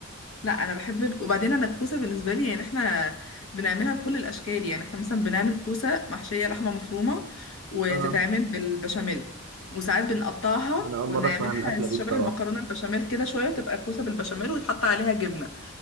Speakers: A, on the left; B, on the right.
A: لا انا بحب الك... وبعدين انا الكوسه بالنسبه لي يعني احنا بنعملها بكل الاشكال يعني احنا مثلا بنعمل كوسه محشيه لحمه مفرومه وتتعمل
B: اه
A: بالبشاميل وساعات بنقطعها
B: انا اول
A: ونعملها
B: مره اسمع عن الاكله دي
A: شبه
B: بصراحه
A: المكرونه البشاميل كده شويه وتبقى كوسه بالبشاميل ويتحط عليها جبنه